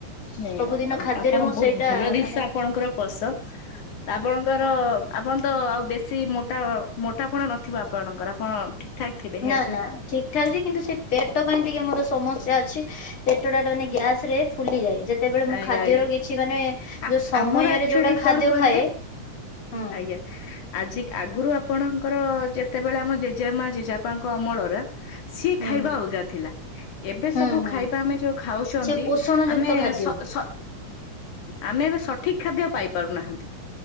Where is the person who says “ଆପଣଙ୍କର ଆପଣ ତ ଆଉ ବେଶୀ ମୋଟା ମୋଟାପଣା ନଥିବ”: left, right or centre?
Left